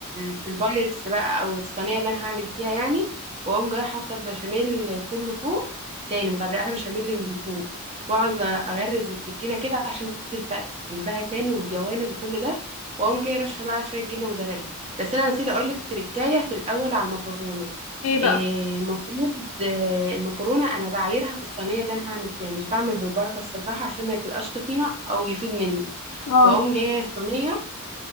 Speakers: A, on the right; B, on the left.
A: في البايركس بقى أو الصينية اللي أنا هعمل فيها يعني وأقوم جاية حاطة البشاميل كله فوق تاني مغرقاها بشاميل من فوق وأقعد أغرز السكينة كده عشان تنزل في قلبها تاني والجوانب وكل ده وأقوم جاية رشة بقى شوية جبنة موزاريلا بس أنا نسيت أقولك تركاية في الأول على المكرونة
B: ايه بقى
A: إيه، المفروض آه، المكرونه انا بعايرها في الصينيه اللي انا هعمل فيها مش بعمل بالبركه الصراحه عشان ما تبقاش تخينه او يفيد مني
B: اه
A: بقوم جايه الصينيه